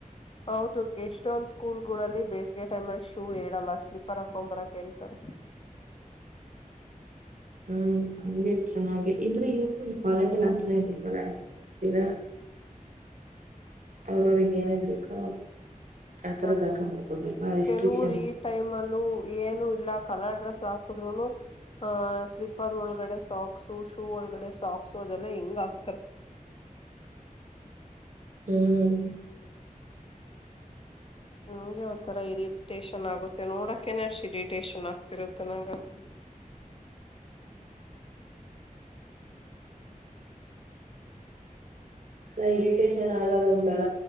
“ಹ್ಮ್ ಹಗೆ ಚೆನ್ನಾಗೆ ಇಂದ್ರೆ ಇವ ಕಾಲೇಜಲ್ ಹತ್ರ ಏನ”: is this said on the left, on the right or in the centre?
Right